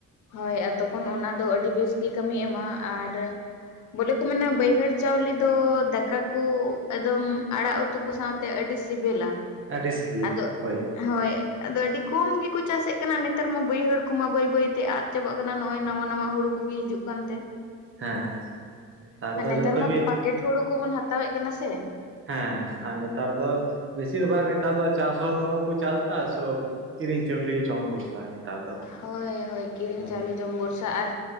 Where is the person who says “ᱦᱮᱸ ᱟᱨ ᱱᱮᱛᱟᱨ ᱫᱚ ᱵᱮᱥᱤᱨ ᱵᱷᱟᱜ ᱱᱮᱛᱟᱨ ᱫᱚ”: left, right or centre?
Right